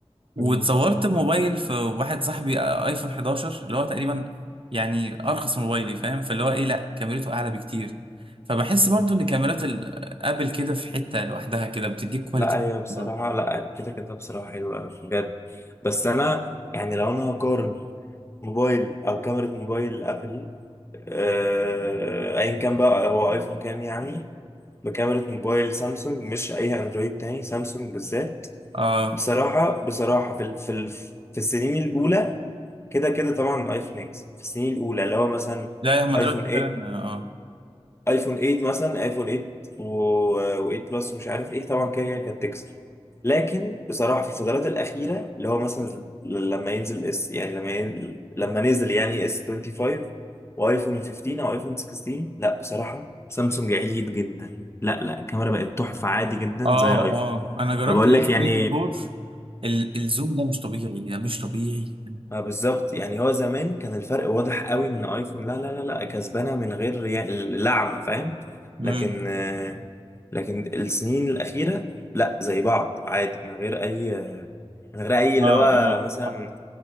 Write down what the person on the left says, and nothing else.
مم، مم،
مم.
لا هي بصراحة
لا كده كده بصراحة حلوة أوي بجد بس أنا يعني لو أنا هقارن موبايل أو كاميرا موبايل أبل آه، أيا كان بقى هو أيفون كام يعني بكاميرا موبايل سامسونج مش أي أندرويد تاني سامسونج بالذات
بصراحة بصراحة في ال- في ال- في السنين الأولى كده كده طبعا الايفون اكس في السنين الاولى اللي هو مثلا
ايفون
8
ايفون 8 مثلا ايفون 8 و8 بلس ومش عارف ايه طبعا كده كده كانت تكسب لكن بصراحه في الفترات الاخيره اللي هو مثلا ل- لما ينزل اس يعني لما ينزل لما نزل يعني اس 25 وايفون 15 او ايفون 16 لا بصراحه سامسونج عليت جدا لا لا الكاميرا بقت تحفه عادي جدا
زي
ايفون
فبقول
لك يعني
ما بالظبط يعني هو زمان كان الفرق واضح قوي ان ايفون لا لا لا لا كسبانه من غير يا- اللعمه فاهم لكن
آه، لكن السنين الاخيره لا زي بعض عادي من غير اي من غير اي اللي
هو مثلا